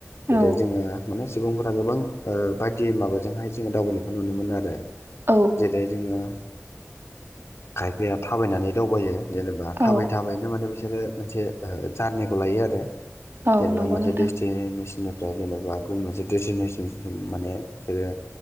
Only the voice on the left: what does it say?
जेरै
जोङो माने सुबुंफोरा गोबां ओ बायदि माबाजोंहाय जोङो दावबायनायखौ नुनो मोनो आरो
जेरै जोङो खायफाया थाबायनानै दावबायो जेनेबा थाबाय
थाबायनो माने बिसोरो मोनसे ओह जारनिखौ लायो आरो
जेनेबा
मोनसे
दिस्ति नेसननिफ्राय जेनबा गुबुन मोनसे देस्टिनेसनसिम माने बिसोरो